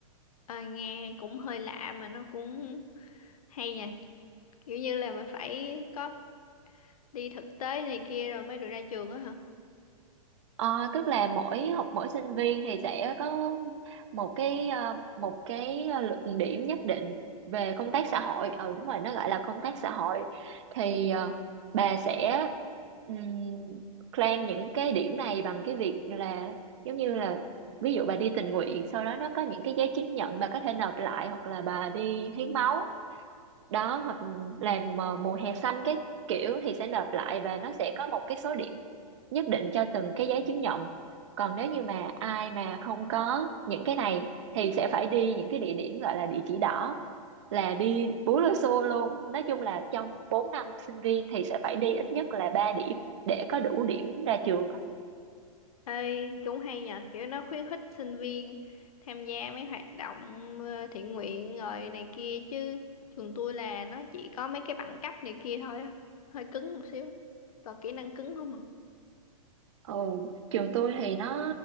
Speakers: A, on the left; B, on the right.
A: Ờ, nghe cũng hơi lạ mà nó cũng hay nha. Kiểu như là mình phải có đi thực tế này kia rồi mới được ra trường á hả?
B: Ờ, tức là mỗi học mỗi sinh viên thì sẽ có một cái ờ, một cái luận điểm nhất định về công tác xã hội ừ đúng rồi nó gọi là công tác xã hội thì ờ, bà sẽ ừm, claim những cái điểm này bằng cái việc là giống như là ví dụ bà đi tình nguyện sau đó nó có những cái giấy chứng nhận bà có thể nộp lại hoặc là bà đi hiến máu đó hoặc làm ờ, mùa hè xanh cái kiểu thì sẽ nộp lại và nó sẽ có một cái số điểm nhất định cho từng cái giấy chứng nhận còn nếu như mà ai mà không có những cái này thì sẽ phải đi những cái địa điểm gọi là địa chỉ đỏ là đi bú lưu xô luôn nói chung là trong 4 năm sinh viên thì sẽ phải đi ít nhất là 3 điểm để có đủ điểm ra trường á.
A: Ê, cũng hay nhờ kiểu nó khuyến khích sinh viên tham gia mấy hoạt động ờ, thiện nguyện rồi này kia chứ trường tôi là nó chỉ có mấy cái bằng cấp này kia thôi á hơi cứng một xíu còn kỹ năng cứng không à
B: ừ, trường tôi thì nó